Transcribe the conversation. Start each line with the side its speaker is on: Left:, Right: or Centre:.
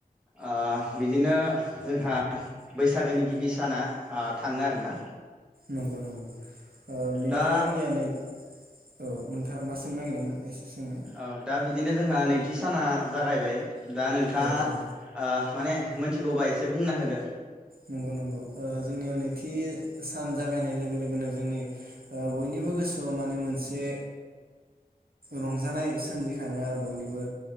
Centre: ओ बिदिनो जोंहा बैसागोनि गिबि साना ओ थाङो आरोना
Right: नंगौ नंगौ ओ बेनिफ्राय
Centre: दा
Right: जोंनिया नै औ नोंथाङा मा सोंनो नागिरदोंमोन एसे सोंनाय
Centre: औ दा बिदिनो जोंहा नै नैथि साना जागायबाय। दा नोंथाङा
Right: औ औ
Centre: ओ माने मिथिगौबा एसे बुंना होदो।
Right: नंगौ नंगौ ओ जोंनिया नैथि सान जागायनाय लोगो लोगोनो जोंनि ओ बयनिबो गोसोआव माने मोनसे रंजानाय सोमजिखाङो आरो बयनिबो